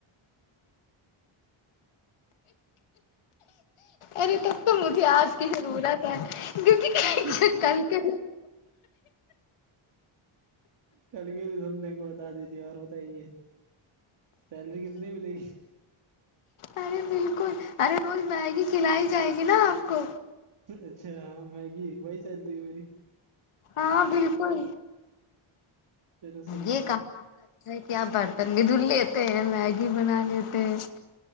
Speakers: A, on the left (about 80°); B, on the right (about 55°).
A: ارے تب تو مجھے آج کی ضرورت ہے کیونکہ
B: <inaudible>
A: کل کے
B: کل کے بھی دل دیں گے بتا دیجیے اور بتائیے سیلری کتنی ملے گی
A: ارے بالکل ارے روز میگی کھلائی جائے گی نا آپ کو
B: اچھا ہاں میگی وہی سیلری ہے میری
A: ہاں بالکل
B: چلو صحیح
A: یہ
B: ہے
A: کہاں کیا آپ برتلی دھل لیتے ہیں میگی بنا لیتے ہیں